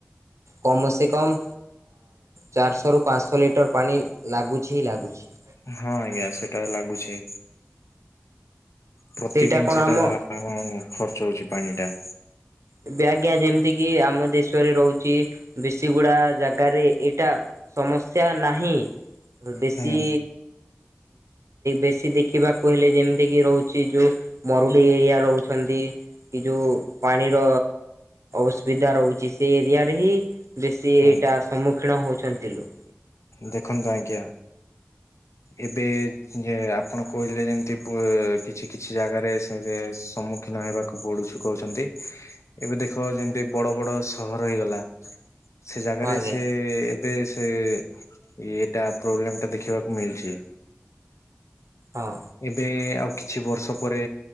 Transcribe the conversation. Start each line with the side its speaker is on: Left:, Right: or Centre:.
Right: କମ୍ ସେ କମ୍ ଚାରିଶହରୁ ପାଞ୍ଚଶହ ଲିଟର ପାଣି ଲାଗୁଛି ଲାଗୁଛି।
Left: ହଁ ଆଜ୍ଞା ସେଟା ଲାଗୁଛି, ପ୍ରତିଦିନ
Right: ସେଇଟା କଣ
Left: ସେଟା
Right: ଆମ
Left: ହଁ ଖର୍ଚ୍ଚ ହଉଛି ପାଣି ଟା।
Right: ଏବେ ଆଜ୍ଞା ଯେମିତି କିି ଆମ ଦେଶରେ ରହୁଛି ବେଶୀଗୁଡା ଜାଗାରେ ଏଇଟା ସମସ୍ୟା ନାହିଁ ବେଶୀ
Left: ହୁଁ
Right: ବେଶୀ ଦେଖିବାକୁ ହେଲେ ଯେମିତି କି ରହୁଛି ଯୋଉ ମରୁଡି ଏରିଆ ରହୁଛନ୍ତି। ଏଯଉ ପାଣି ପାଣିର ଅସୁବିଧା ରହୁଛି ସେ ଏରିଆରେ ହି ବେଶୀ
Left: ହଁ
Right: ଟାଇମ୍ ସମ୍ମୁଖୀନ ହେଉଛନ୍ତି ଲୁ
Left: ଦେଖନ୍ତୁ ଆଜ୍ଞା। ଏବେ ଯେ ଆପଣ କହିଲେ ଯେମିତି କିଛି କିଛି ଜାଗାରେ ସେ ସମ୍ମୁଖୀନ ହେବାକୁ ପଢୁଛୁ କହୁଛନ୍ତି, ଏବେ ଦେଖ ଯେମିତି ବଡ ବଡ ସହର ହେଇଗଲା। ସେ ଜାଗାରେ
Right: ଆଜ୍ଞା
Left: ସେ ଏବେ ସେ ଇଏଟା ପ୍ରୋବ୍ଲେମ ଟା ଦେଖିବାକୁ ମିଳିଛି।
Right: ହଁ
Left: ଏବେ ଆଉ କିଛି ବର୍ଷ ପରେ